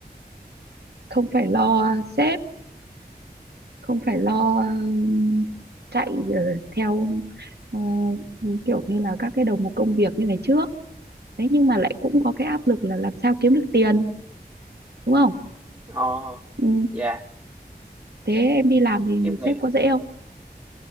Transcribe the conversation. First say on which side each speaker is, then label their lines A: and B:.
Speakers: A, on the right (about 85°); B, on the right (about 25°).
A: không phải lo sếp không phải lo ừm, chạy ờ, theo ờ, kiểu như là các cái đầu mục công việc như ngày trước đấy nhưng mà lại cũng có cái áp lực là làm sao kiếm được tiền đúng không
B: Ồ,
A: ừ.
B: dạ.
A: thế em đi làm thì
B: Em nghĩ
A: sếp có dễ không